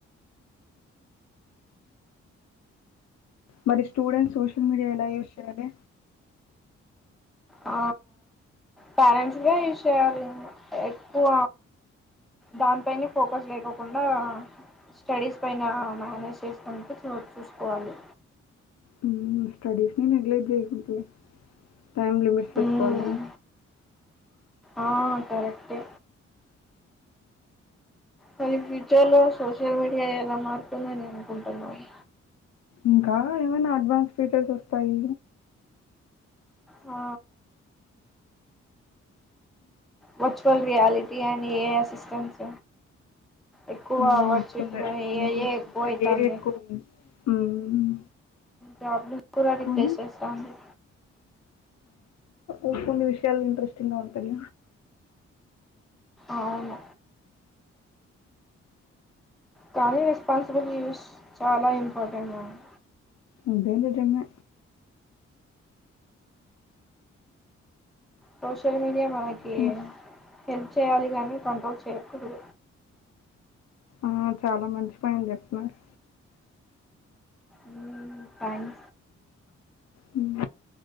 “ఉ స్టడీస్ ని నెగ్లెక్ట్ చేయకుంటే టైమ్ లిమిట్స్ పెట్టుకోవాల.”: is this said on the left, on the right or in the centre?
Left